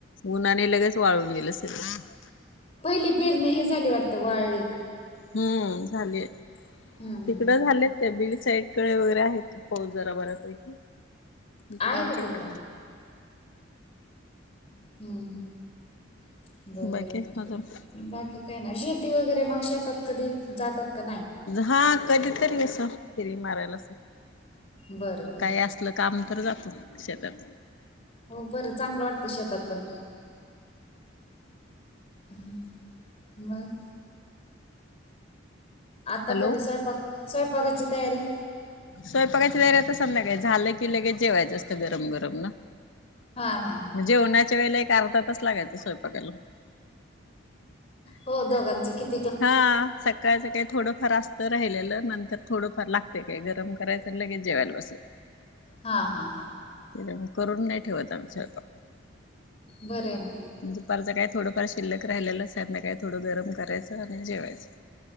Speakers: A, on the left; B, on the left.
A: उनानी आणि लगेच वाळून गेला सगळं.
B: पहिले पेरणे हे झाले वाटतं वाळळी.
A: हम्म झाली
B: हम्म
A: तिकडं झाले. त्या बीड साईडकडे वगैरे आहेत पाऊस जरा बऱ्यापैकी इकडं
B: आहे
A: आमच्याकडे
B: का तिकडं
A: नाही.
B: हम्म हम्म बर
A: बाकी
B: बर
A: अजून
B: बाकी ठीकय ना शेती वगैरे मग शेतात कधी जातात का नाही?
A: हा कधीतरी असस फिरी मारायला अस
B: बरं बरं
A: काय असत. आपलं काम तर जातो शेतात.
B: हो बरं चांगलं वाटतं शेतात पण. हम्म मग. आता
A: हॅलो
B: कधी स्वयंपाक स्वयंपाकाची तयारी
A: स्वयंपाकायची तयारी आता संध्याकाळी झालं की लगेच जेवायचं असत गरम गरम ना.
B: हा हा हा.
A: जेन्हाच्या वेळेला एक अर्धा तच लागायच स्वयंपाला.
B: हो दोघांचं किती.
A: हा. सकाळचं काही थोडंफार असतं राहिलेलं नंतर थोडंफार लागते काही गरम करायचं लगेच जेवायला बसेल.
B: हा हा
A: त्याच्यामुळे करून नाही ठेवत आमच्या
B: बरं हाय ना.
A: दुपारचं काय थोडंफार शिल्लक राहिलेलं अससात ना का थोडं गरम करायचं आणि जेवायचं.